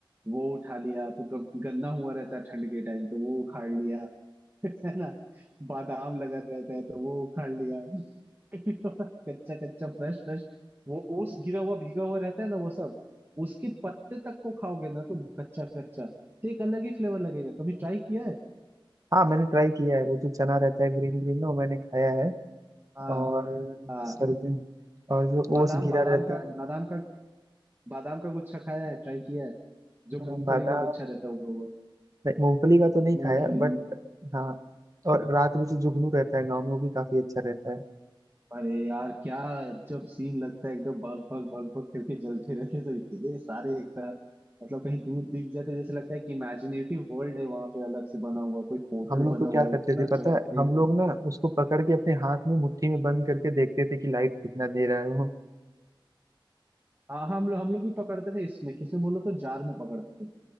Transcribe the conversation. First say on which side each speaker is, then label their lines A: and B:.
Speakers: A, on the right; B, on the right.
A: वो उठा लिया तो ग, गन्ना हुआ रहता है ठंड के टाइम तो वो उखाड़ लिया है ना बादाम लगा रहता है तो वो उखाड़ लिया <laughs> कच्चा कच्चा फ्रेश फ्रेश वो ओस गिरा हुआ भीगा हुआ रहता है ना वो सब उसके पत्ते तक को खाओगे ना तुम कच्चा कच्चा तो एक अलग ही फ्लेवर लगेगा कभी ट्राई किया है
B: हाँ मैंने ट्राई किया है वो जो चना रहता है ग्रीन ग्रीन ना वो मैंने खाया है
A: हाँ
B: और
A: हाँ
B: सर्दी और जो
A: बादाम
B: ओस घिरा
A: बादाम
B: रहता
A: का
B: है
A: बादाम का बादाम का गुच्छा खाया है ट्राई किया है जो
B: हाँ,
A: मूंगफली
B: बादाम
A: का गुच्छा रहता होगा वो
B: नहीं, मूंगफली का तो नहीं
A: मूंगफली
B: खाया बट हाँ और रात में जो जुगनू रहता है गाँव में वो भी काफी अच्छा रहता है
A: अरे यार क्या जब सीन लगता है एकदम भग भग भग भग करके जलते रहते हैं सब इतने सारे एक साथ मतलब कहीं दूर दिख जाते जैसे लगता है कि इमेजिनेटिव वर्ल्ड है वहां पे अलग से बना हुआ कोई पोर्टल
B: हम लोग
A: बना
B: तो क्या
A: हुआ है
B: करते
A: इतना
B: थे पता
A: चमकते
B: है हम
A: एकदम
B: लोग ना उसको पकड़ के अपने हाथ में मुट्ठी में बंद करके देखते थे कि लाइट कितना दे रहा है वो
A: हाँ हाँ, हम लोग हम लोग भी पकड़ते थे इसमें किसमें बोलो तो जार में पकड़ते थे